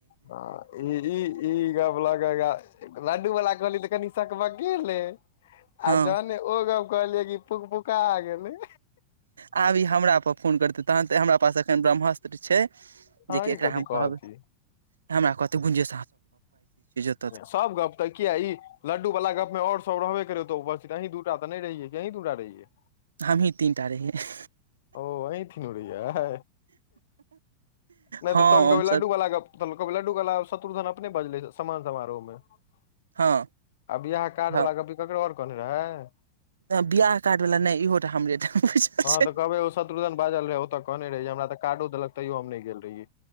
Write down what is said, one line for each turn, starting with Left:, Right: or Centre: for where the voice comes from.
Left: हँ ई ई ईगब्ला। लड्डू वाला कहलीयै तऽ कनि सकबकेलै
Right: हँ
Left: आ जहने ओ गप। कहलियै कि फुक फुका गेलैय।
Right: आब ई हमराप फोन करतै तहन त हमरा पास एखन ब्रह्मस्त्र छै।
Left: अहाँके
Right: जेकि एकरा
Left: कथी
Right: हम
Left: कहती
Right: कहबै हमरा कहतै गूंजे <unintelligible>
Left: सब गप तऽ किया ई। लड्डू वाला गप मे आओर सब रहबे करै ओत अी दूटा तऽ नै रहियै कि अीही दूटा रहिये।
Right: हमहि तीन टा रहीयै है।
Left: ओ अहि तिनु रहियैया नै
Right: हँ
Left: तऽ तंग कहबै
Right: हमसब
Left: लड्डू वला गप। त कभ लडू कला शत्रु धन अपने बजले समान समारोहमे। <inaudible>
Right: हँ
Left: आ बियाह कार्ड
Right: हँ
Left: वला गप ककरो और कहने रहै। <inaudible>
Right: बियाह कार्ड वाला नहि इहोटा हमरे टा बुझल
Left: हँ
Right: छै
Left: तऽ कहवै ओ शत्रुधन बाजल रहै ओ तऽ कहने रहै हमरा तऽ काडो देलक तयौ हम नै गेल रहिये।